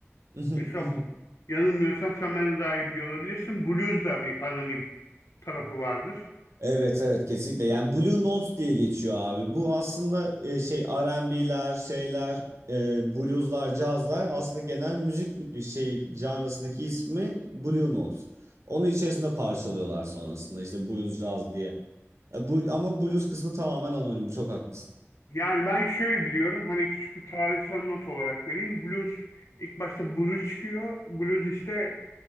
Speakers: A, on the right; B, on the left.
A: <laughs>
B: Mesela yanılmıyorsam sen benden daha iyi biliyor olabilirsin. Blues da bir anonim tarafı vardır.
A: Evet evet kesinlikle. Yani Blue Note diye geçiyor abi. Bu aslında e, şey R&B'ler, şeyler, e, blueslar, cazlar aslında genel müzik e, şey janrasındaki ismi Blue Note. Onun içerisinde parçalıyorlar sonrasında işte blues, caz diye. E, bu, ama blues kısmı tamamen anonim. Çok haklısın.
B: Yani ben şöyle biliyorum. Hani küçük bir tarihsel not olarak vereyim. Blues ilk başta blues çıkıyor. Blues işte